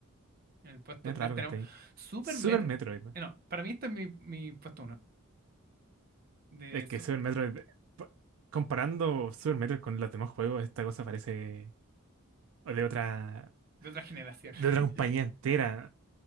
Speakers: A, on the right; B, on the right.
A: En el puesto
B: Es
A: 3
B: raro
A: tenemos
B: que esté ahí.
A: Super
B: Super
A: Metro.
B: Metroid,
A: eh, No, para mí este es mi, mi puesto uno de,
B: es que
A: su-
B: Super Metroid, pa- comparando Super Metroid con los demás juegos, esta cosa parece. O de otra,
A: de otra generación.
B: de
A: <laughs>
B: otra compañía entera.